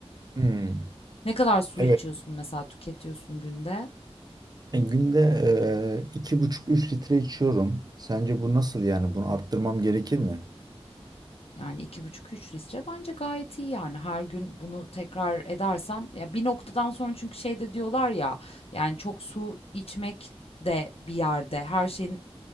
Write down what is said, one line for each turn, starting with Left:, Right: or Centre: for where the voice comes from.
Right: Hmm.
Left: Ne kadar su
Right: evet.
Left: içiyorsun mesela tüketiyorsun günde?
Right: Yani günde eee, iki buçuk üç litre içiyorum. Sence bu nasıl yani? Bunu arttırmam gerekir mi?
Left: Yani iki buçuk üç litre bence gayet iyi yani her gün bunu tekrar edersen ya bir noktadan sonra çünkü şey de diyorlar ya yani çok su içmek de bir yerde her şeyin